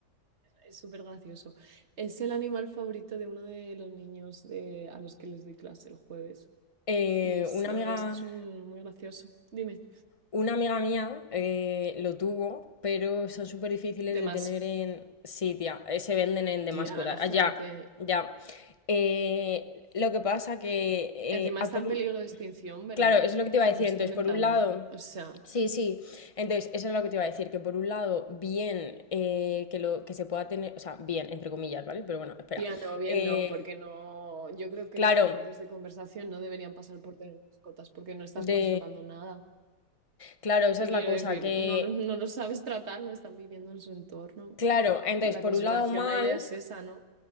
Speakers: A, on the right (about 40°); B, on the left (about 25°).
A: Es súper gracioso. Es el animal favorito de uno de los niños de, a los que les doy clase el jueves.
B: Eh,
A: Y es,
B: una
A: la
B: amiga.
A: verdad es que es un, muy gracioso. Dime.
B: Una amiga mía eh, lo tuvo, pero son súper difíciles
A: de
B: de
A: más
B: tener en. Sí, tía. eh, se venden en de
A: tía,
B: mascota.
A: la gente.
B: Ah, ya, ya. Eh, lo que pasa que. eh,
A: Encima
B: a
A: está
B: por-
A: en peligro de extinción, ¿verdad?
B: Claro, eso es lo que te
A: O
B: iba a decir.
A: me lo estoy
B: Entonces,
A: inventando.
B: por un lado,
A: O sea,
B: sí, sí. Entonces, eso es lo que te iba a decir, que por un lado, bien eh, que lo que se pueda tener, o sea, bien, entre comillas, ¿vale? Pero bueno, espera.
A: tía, no, bien
B: Eh,
A: no, porque no. Yo creo que
B: claro,
A: los esfuerzos de conversación no deberían pasar por tener mascotas, porque no estás
B: de.
A: conservando nada.
B: Claro, esa
A: Te
B: es
A: quiero
B: la cosa,
A: decir,
B: que.
A: no, lo- no lo sabes tratar, no están viviendo en su entorno.
B: Claro, entonces,
A: La
B: por
A: conservación,
B: un lado, mal,
A: la idea es esa, ¿no?